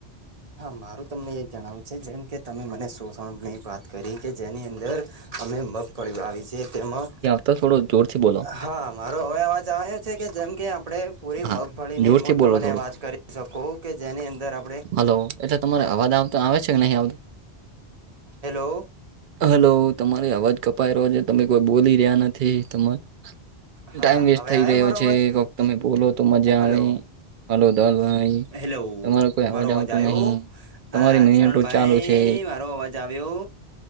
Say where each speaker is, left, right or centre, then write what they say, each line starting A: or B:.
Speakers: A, on the right; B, on the right.
A: હા, મારું તમને એ જણાવું છે જેમ કે તમે મને સોષણની વાત કરી કે જેની અંદર અમે મગફળી વાવી છે તેમાં
B: તો થોડો જોરથી બોલો.
A: હા મારો હવે અવાજ આવે છે? કે જેમ કે આપડે પૂરી
B: હા
A: મગફળીની
B: જોરથી
A: મુ
B: બોલો
A: તમને
B: થોડું
A: વાત કરી સકુ કે જેની અંદર આપ
B: હલો, એટલે તમારો અવાજ આવતો આવે છે કે નહી આવતો?
A: હેલો
B: હલો, તમારી અવાજ કપાઈ રહ્યો છે, તમે કોઈ બોલી રહ્યા નથી તમા
A: હા
B: ટાઈમ વેસ્ટ
A: હવે
B: થઈ
A: આવ્યો
B: રહ્યો
A: મારો
B: છે,
A: અવાજ
B: કોક તમે બોલો તો મજા
A: હલો
B: આવે હલો ધવલભાઈ,
A: હેલો
B: તમારો કોઈ
A: મારો
B: આવતો
A: અવાજ આયો?
B: નહીં. તમારી
A: હા,
B: મિનિટો
A: ચરણ ભાઈ,
B: ચાલુ છે.
A: મારો અવાજ આવ્યો?